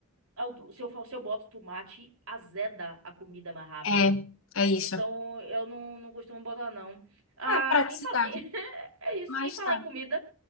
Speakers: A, on the right; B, on the left.
A: ao- Se eu, fa- se eu boto tomate, azeda a comida mais rápido.
B: É, é isso.
A: Então eu não, não costumo botar, não. Ah,
B: É praticidade,
A: em fal- <laughs> é isso.
B: mas
A: Em falar
B: tá.
A: em comida,